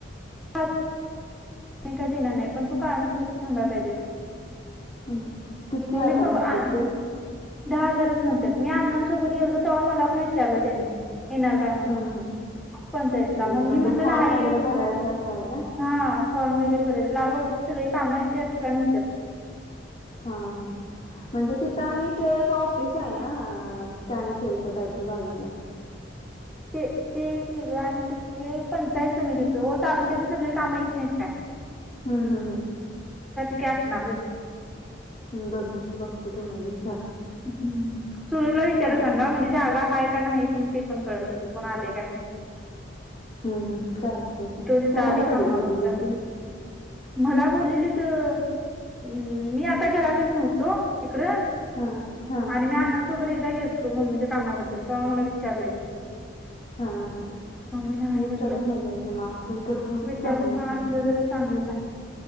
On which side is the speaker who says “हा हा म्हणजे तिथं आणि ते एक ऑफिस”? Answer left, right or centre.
Left